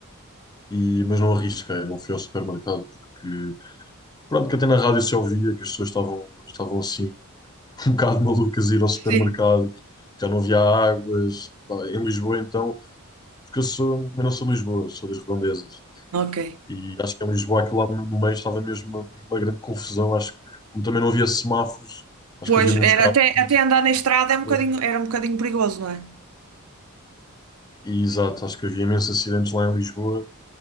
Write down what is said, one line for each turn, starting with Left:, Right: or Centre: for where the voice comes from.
Left: E, mas não arrisquei, não fui ao supermercado, porque pronto, que até na rádio se ouvia que as pessoas estavam, estavam assim, <laughs> um bocado malucas a ir ao supermercado
Right: Sim.
Left: e que já não havia águas. Pá, Em Lisboa, então, porque eu sou, eu não sou de Lisboa, sou das redondezas.
Right: Ok.
Left: E acho que em Lisboa, aquilo lá no no meio estava mesmo uma, uma grande confusão. Acho que, como também não havia semáforos, acho
Right: Pois,
Left: que havia muitos carros,
Right: era até,
Left: muitos
Right: até andar na estrada é um
Left: acidentes.
Right: bocadinho, era um bocadinho perigoso, não é?
Left: E exato, acho que havia imensos acidentes lá em Lisboa.